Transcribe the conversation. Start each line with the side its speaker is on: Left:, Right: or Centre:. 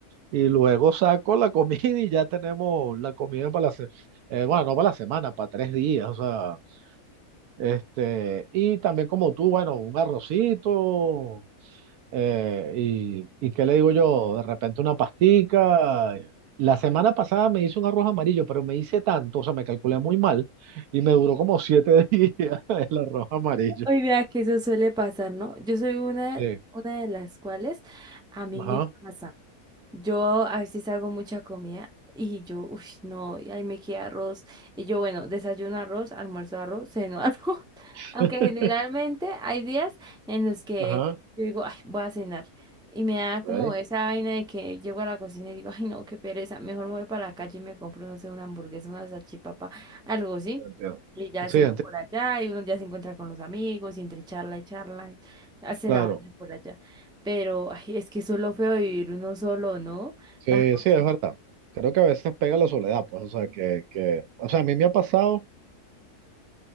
Right: y luego saco la comida y ya tenemos la comida para la semana, bueno, no para la semana, para tres días, o sea, este, y también como tú, bueno, un arrocito, eh, y, y qué le digo yo, de repente una pastica. eh. La semana pasada me hice un arroz amarillo, pero me hice tanto, o sea, me calculé muy mal y me duró como siete <laughs> días el arroz amarillo.
Centre: Hoy vea que eso suele pasar, ¿no? Yo soy una,
Right: Sí,
Centre: una de las cuales a mí
Right: ajá,
Centre: me pasa. Yo a veces hago mucha comida y yo, uff, no, y ahí me queda arroz. Y yo, bueno, desayuno arroz, almuerzo arroz, ceno <laughs> arroz.
Right: <laughs>
Centre: Aunque generalmente hay días en los que
Right: ajá,
Centre: yo digo, ay, voy a cenar. Y me da
Right: ok,
Centre: como esa vaina de que llego a la cocina y digo, ay, no, qué pereza. Mejor me voy para la calle y me compro, no sé, una hamburguesa, una salchipapa, algo así.
Right: entiendo.
Centre: Y ya
Right: Sí,
Centre: ceno
Right: entiendo,
Centre: por allá y uno ya se encuentra con los amigos y entre charla y charla, hace
Right: claro.
Centre: la mañana por allá. Pero ay, es que eso es lo feo de vivir uno solo, ¿no?
Right: Sí,
Centre: Las cosas.
Right: sí, es verdad. Creo que a veces pega la soledad, pues, o sea, que, que, o sea, a mí me ha pasado